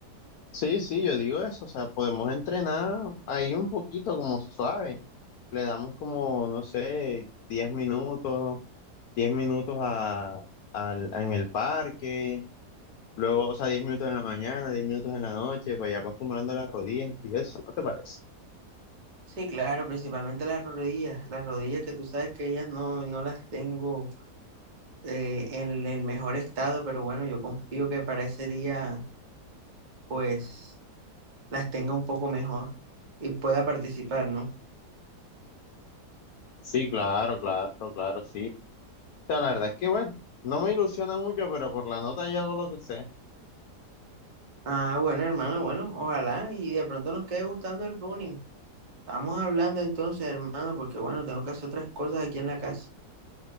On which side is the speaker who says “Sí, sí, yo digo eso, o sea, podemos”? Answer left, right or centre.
Left